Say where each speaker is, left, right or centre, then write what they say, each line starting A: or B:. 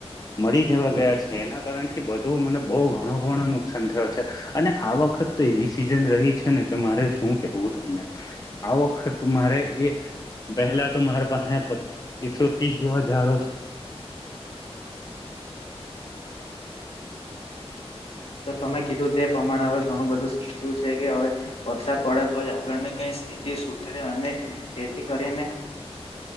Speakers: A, on the left; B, on the left.
A: મરી જવા ગયા છે એના કારણ થી બધું મને બહ ઘણ નુકસાન થયો છે, અને આ વખત તો એવી સીઝન રહી છે ને કે મારે શું કેવું તમને, આ વખત મારે એ પહેલા તો મારા પાસે હ એકસો ત્રીસ જેવા ઝાડો છે.
B: <inaudible>
A: બલો <unintelligible>
B: તો તમે કીધું તે પ્રમાણે હવે ઘણું બધું સાચું છે કે હવે, વરસાદ પડે તો જ આગળની કઈ સ્થિતિ સુધરે અને, તેથી કરીને